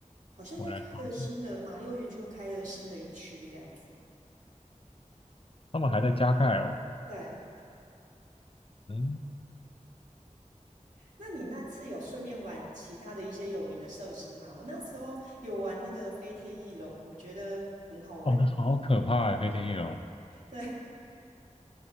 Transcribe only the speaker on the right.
好像又开了新的马六园区，
又开了新的一区这样子。
对，
那你那次有顺便玩其他的一些有名的设施吗？我那时候有玩那个飞天翼龙，我觉得很好玩。
对，